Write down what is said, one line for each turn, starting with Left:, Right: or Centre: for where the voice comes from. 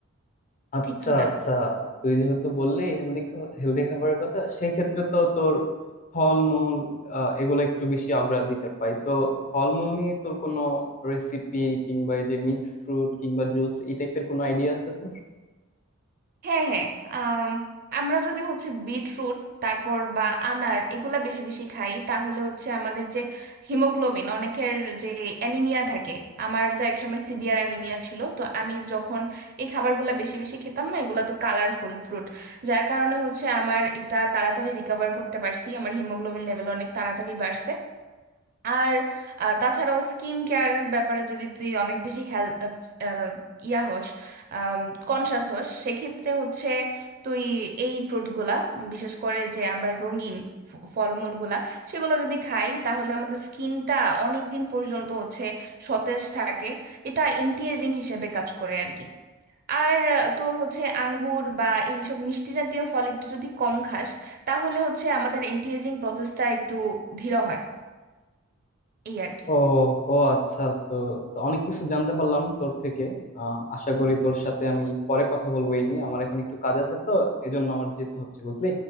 Left: আচ্ছা
Right: ঠিক কি না
Left: আচ্ছা তুই যেহেতু বললি হেলদি হেলদি খাবারের কথা সেই ক্ষেত্রে তো তোর ফলমূল আহ, এগুলো একটু বেশি অগ্রাধিকার পাই তো ফলমূল নিয়ে তোর কোনো রেসিপি কিংবা এই যে মিক্স ফ্রুট কিংবা জুস এই টাইপের কোনো আইডিয়া আছে তোর
Right: হ্যাঁ হ্যাঁ আম, আমরা যদি হচ্ছে বিটরুট তারপর বা আনার এগুলা বেশি বেশি খাই তাহলে হচ্ছে আমাদের যে হিমোগ্লোবিন অনেকের যে অ্যানিমিয়া থাকে আমার তো একসময় সিভিয়ার অ্যানিমিয়া ছিল তো আমি যখন এই খাবারগুলা বেশি বেশি খেতাম না এগুলা তো কালারফুল ফ্রুট যার কারণে হচ্ছে আমার এটা তাড়াতাড়ি রিকভার করতে পারছি আমার হিমোগ্লোবিন লেভেল অনেক তাড়াতাড়ি বাড়ছে আর আহ, তাছাড়াও স্কিন কেয়ারের ব্যাপারে যদি তুই অনেক বেশি হেল আহ, আহ, ইয়া হোস কনসাস হোস সেক্ষেত্রে হচ্ছে তুই এই ফ্রুটগুলা বিশেষ করে যে আমরা রঙিন ফ- ফলমূলগুলা সেগুলো যদি খাই তাহলে আমাদের স্কিনটা অনেক দিন পর্যন্ত হচ্ছে সতেজ থাকে এটা অ্যান্টি এজিং হিসেবে কাজ করে আর কি আর আহ, তোর হচ্ছে আঙ্গুর বা এইসব মিষ্টি জাতীয় ফল একটু যদি কম খাস তাহলে হচ্ছে আমাদের অ্যান্টি এজিং প্রসেসটা একটু ধীর হয় এই আর কি
Left: ও ও আচ্ছা তো তো অনেক কিছু জানতে পারলাম তোর থেকে আহ আশা করি তোর সাথে আমি পরে কথা বলবো এই নিয়ে আমার এখন একটু কাজ আছে তো এজন্য আমার যেতে হচ্ছে বুঝলি